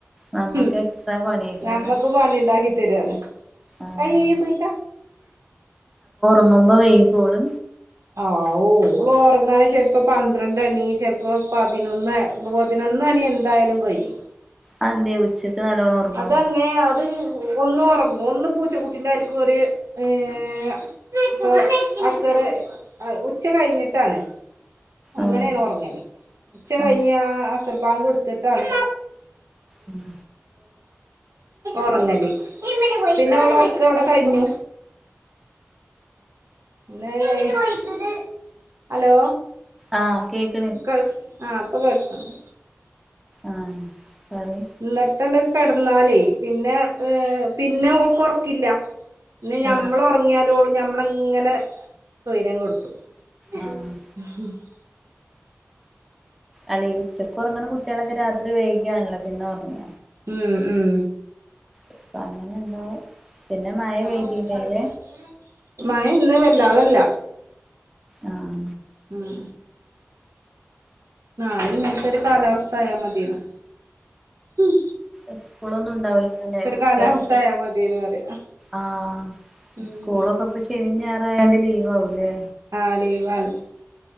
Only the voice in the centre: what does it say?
നമ്മക്ക്
എക്സ്ട്രാ പണിയേക്കാരം
ആഹ്
അങ്ങുമ്പോ വെയിക്കോ ഓള്
അത് എന്ത്യേ ഉച്ചയ്ക്ക് നല്ലോണം ഒറങ്ങോ
ആഹ്
ആഹ്
ഉം
ആഹ കേക്ക്
ആഹ് പറയ്
ആഹ്
ആഹ് അല്ലെ ഈ ഉച്ചക്ക് ഉറങ്ങ്ണ കുട്ട്യാളൊക്കെ രാത്രി വൈകി ആണല്ലോ പിന്നെ ഉറങ്ങ
അപ്പ അങ്ങനെ ഇണ്ടാവും പിന്നെ മഴ
പെയ്തിണ്ടേൽ
ആഹ്
എപ്പോളൊന്നും ഉണ്ടാവില്ലന്നല്ലേ കത്യകൾക്ക്
ആഹ്
സ്കൂളൊക്കെ ഇപ്പൊ ശനിയും ഞറായതുണ്ട് ലീവ് ആവൂല്ലേ